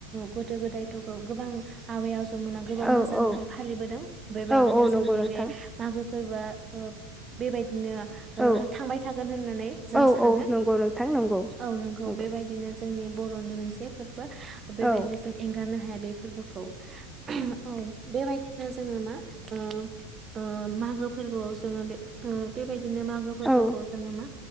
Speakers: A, on the right; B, in the centre.
A: गोदो गोदायथ'खौ गोबां आबायाव <unintelligible>
B: औ
A: मोजाङैनो
B: औ
A: फालिबोदों बेबायदिनो
B: औ औ
A: जोंनि
B: नंगौ नोंथां
A: बे मागो फोरबोआ ओ बेबायदिनो ओ
B: औ
A: थांबाय थागोन होननानै जों
B: औ
A: सानो
B: औ नंगौ नोंथां नंगौ
A: औ नोंगौ
B: नंगौ
A: बेबायदिनो जोंनि बर'नि मोनसे फोर बो बेबायदिनो
B: औ
A: नो हाया बे फोरबोखौ औ बेबायदिनो जोङो मा ओ ओ मागो फोरबोआव जोङो बे बेबायदि बिदिनो मागो फोरबोखौ
B: औ
A: जोङो मा